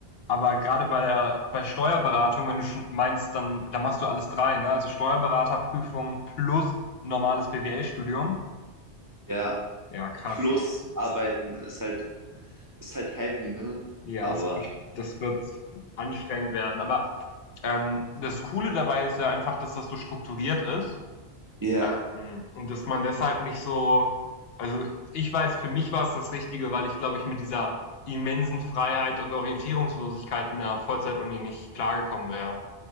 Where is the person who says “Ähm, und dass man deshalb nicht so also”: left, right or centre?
Left